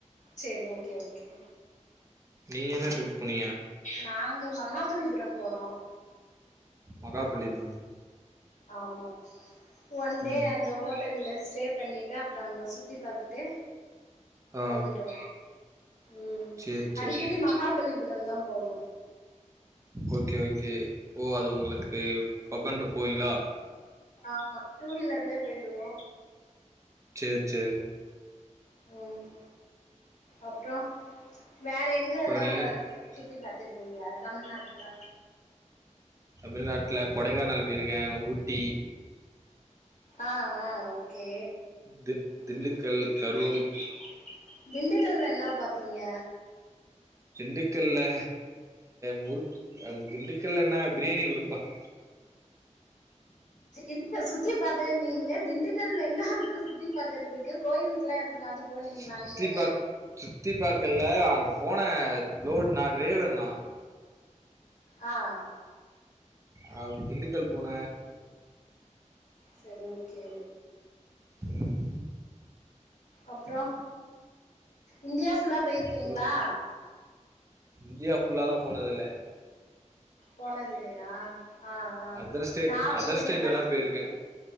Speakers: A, on the left (about 75°); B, on the right (about 25°).
A: சேர் ஓகே ஓகே
B: நீங்க என்ன ட்ரிப் போனீங்க
A: நாங்க மகாபலிபுரம் போனோம்
B: மகாபலிபுரம்
A: ஆமா ஒன் டே
B: ம்
A: அங்க ஹோட்டல்ல ஸ்டே பண்ணிட்டு அப்றோ அங்க சுத்தி பார்த்துட்டு
B: ஆ
A: வந்துட்டோ ம்
B: சரி
A: அடிக்கடி
B: சரி
A: மகாபலிபுரம் தா போவோ
B: ஓகே ஓகே ஓ அது உங்களுக்கு பக்கண்டு போவீங்களா
A: ஆமா டூவிலர்லே போய்டுவோ
B: சேர் சேர்
A: ம் அப்றோ வேற எங் கெல்லா
B: அப்புறம் நீங்கள்
A: சுத்தி பார்த்திருக்கீங்க தமிழ்நாட்டுல
B: தமிழ்நாட்டுல கொடைக்கானல் போயிருக்கே ஊட்டி
A: ஆ ஆ ஆ கே
B: தி
A: திண்டுக்கல்
B: கரூர்
A: கரூர் திண்டுக்கல்ல என்னா பாத்தீங்க
B: திண்டுக்கல்லஏ முறுக் திண்டுக்கல் என்ன பிரியாணி குடுப்பாங்
A: இல்ல சுத்தி பாத்தேன்னிங்ளே திண்டுக்கல்ல என்னா இருக்கு சுத்தி பாக்குறதுக்கு கோயில்க்குலா எதனாது போனீங்களான்னு
B: சுத்தி
A: கேக்குற
B: பாக் சுத்தி பாக்க இல்ல அங்க போன லோட் நா டிரைவர் நா
A: அ
B: ஆ வு திண்டுக்கல் போன
A: சரி ஓக்கே
B: ம்
A: அப்றோ இந்தியா ஃபுல்லா போய்ருக்கீங்ளா
B: அப்புறம் இந்தியா ஃபுல்லாலா போனதுல்ல
A: போனதுல்லயா அ அ
B: அதர் ஸ்டேட்
A: நா
B: அதர்
A: போயிருக்குற
B: ஸ்டேட் வேணா போயிருக்கேன்